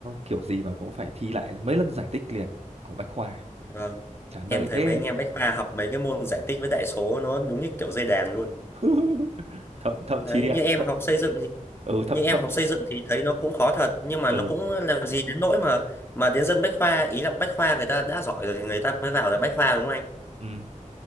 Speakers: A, on the right; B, on the left.
A: kiểu gì mà cũng phải thi lại mấy lần giải tích liền của Bách Khoa
B: Vâng.
A: chán
B: em
A: đời
B: thấy
A: thế
B: mấy anh em bách khoa học mấy cái môn giải tích với đại số nó đúng như kiểu dây đàn luôn
A: <laughs> thậm thậm
B: đấy
A: chí
B: như
A: ạ
B: em
A: thậm
B: học xây dựng thì
A: ừ thậm
B: như em
A: thậm
B: học xây dựng thì thấy nó cũng khó thật nhưng mà
A: ừ
B: nó cũng làm gì đến nỗi mà mà đến dân bách khoa ý là bách khoa người ta đã giỏi rồi thì người ta mới vào là bách khoa đúng không anh
A: ừ